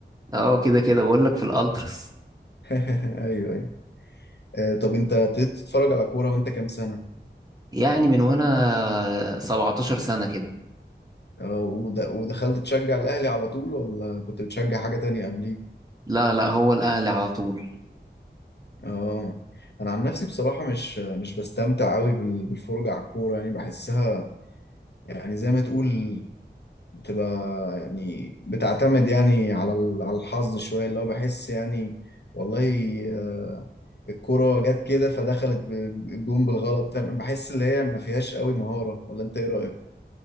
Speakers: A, on the right (about 20°); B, on the left (about 65°).
A: اه كده كده بقول لك في الالتراس
B: <laughs> ايوه ايوه آه طب انت ابتديت تتفرج على كورة وانت كام سنة
A: يعني من وانا 17 سنة كده
B: اه ود- ودخلت تشجع الاهلي على طول ولا كنت بتشجع حاجة تانية قبليه
A: لا لا هو الاهلي على طول
B: اه انا عن نفسي بصراحة مش مش بستمتع قوي بال- بالفرجة على الكورة يعني بحسها يعني زي ما تقول بتبقى يعني بتعتمد يعني على ال- على الحظ شوية اللي هو بحس يعني والله آه، الكرة جت كده فدخلت ب- الجون بالغلط فاهم بحس اللي هي ما فيهاش قوي مهارة ولا انت ايه رأيك؟